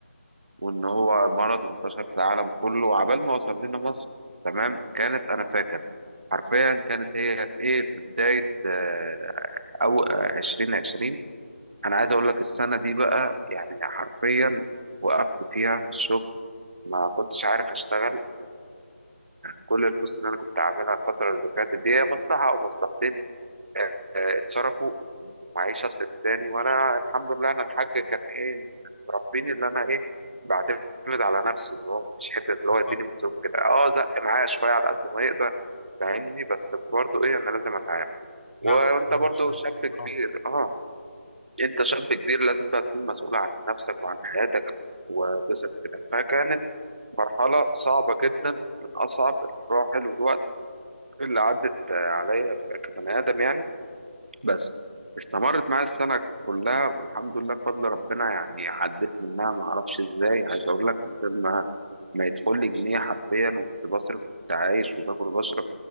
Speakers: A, on the right; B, on the left.
A: وان هو مرض وانتشر في العالم كله وعبال ما وصل لنا مصر تمام كانت انا فاكر حرفيا كانت هي في ايه في بدايه آه، او آه، 2020 انا عايز اقول لك السنه دي بقى يعني حرفيا وقفت فيها في الشغل ما كنتش عارف اشتغل وكل الفلوس اللي انا كنت عاملها الفتره اللي فاتت دي هي مصلحه او مصلحتين آه، آه، اتصرفوا معيشة سداني وانا الحمد لله انا الحاج كان ايه مربيني اللي انا ايه بعتمد على نفسي اللي هو مفيش حتة اللي
B: لأ
A: هو يديني مصروف كده اه زق معايا شوية على قد ما يقدر فاهمني بس برضه ايه انا لازم اتعامل و-
B: لا، بس
A: وانت برضه
B: مش ده
A: شاب
B: صح،
A: كبير اه انت شاب كبير لازم بقى تكون مسؤول عن نفسك وعن حياتك وتصرف كده فكانت مرحلة صعبة جدا من اصعب المراحل والوقت اللي عدت آه، عليا كبني ادم يعني بس استمرت معايا السنة كلها والحمد لله بفضل ربنا يعني عديت منها ما اعرفش ازاي عايز اقول لك من غير ما ما يدخل لي جنيه حرفيا وكنت بصرف وكنت عايش وباكل وبشرب